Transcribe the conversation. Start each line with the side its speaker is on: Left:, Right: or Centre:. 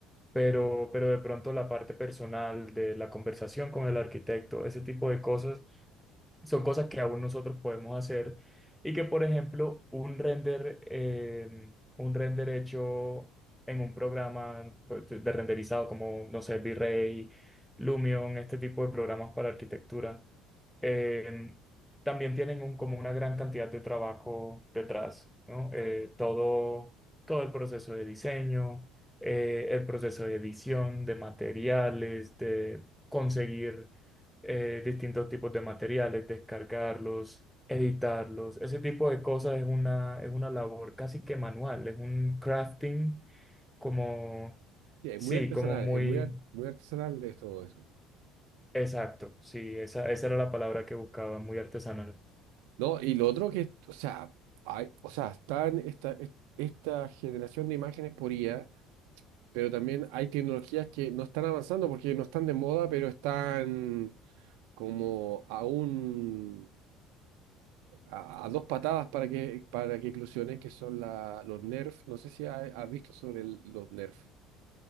Centre: Pero, pero de pronto la parte personal de la conversación con el arquitecto, ese tipo de cosas son cosas que aún nosotros podemos hacer y que, por ejemplo, un render, eh, un render hecho en un programa pues, de renderizado como, no sé, V-Ray, Lumion, este tipo de programas para arquitectura, eh, también tienen un- como una gran cantidad de trabajo detrás, ¿no? Eh, todo, todo el proceso de diseño, eh, el proceso de edición, de materiales, de conseguir eh, distintos tipos de materiales, descargarlos, editarlos. Ese tipo de cosas es una, es una labor casi que manual, es un crafting como,
Right: Sí, es
Centre: sí,
Right: muy artesanal,
Centre: como muy
Right: es muy, ar- muy artesanal de todo eso.
Centre: exacto. Sí, esa, esa era la palabra que buscaba, muy artesanal.
Right: No, y lo otro que, o sea, hay, o sea, están esta, es- esta generación de imágenes por IA, pero también hay tecnologías que no están avanzando porque no están de moda, pero están como a un, a, a dos patadas para que, para que eclosionen, que son la, los Nerf. No sé si ha- has visto sobre el- los Nerf.